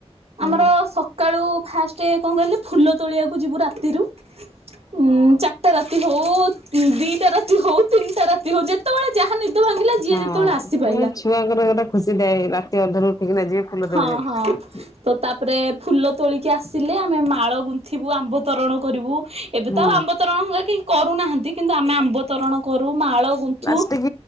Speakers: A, on the left; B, on the right.
A: ହଁ
B: ଆମର ସକାଳୁ ଫାଷ୍ଟ କଣ କହିଲେ ଫୁଲ ତୋଳିବାକୁ ଯିବୁ ରାତିରୁ ଉଁ ଚା ଟା ରାତି ହଉ ଦିଟା ରାତି ହଉ ତିନିଟା ରାତି ହଉ ଯେତେବେଳେ ଯାହା ନିଦ ଭାଙ୍ଗିଲା ଯିଏ
A: ହଁ
B: ଯେତେବେଳେ ଆସିପାରିଲା
A: ମୁ ଛୁଆଙ୍କର ଗୋଟେ ଖୁସି ଥାଏ ରାତି ଅନ୍ଧରୁ ଉଠିକିନା ଯିବେ ଫୁଲ
B: ହଁ
A: ତୋଳିଆକୁ
B: ହଁ ତ ତାପରେ ଫୁଲ ତୋଳିକି ଆସିଲେ ଆମେ ମାଳ ଗୁନ୍ଥିବୁ ଆମ୍ବ ତରଣ କରିବୁ ଏବେ
A: ହୁଁ
B: ତ ଆଉ ଆମ୍ବ ତରଣ କେହି କରୁନାହାନ୍ତି କିନ୍ତୁ ଆମେ ଆମ୍ବ ତରଣ କରୁ ମାଳ ଗୁଣ୍ଠୁ
A: ପ୍ଲାଷ୍ଟିକ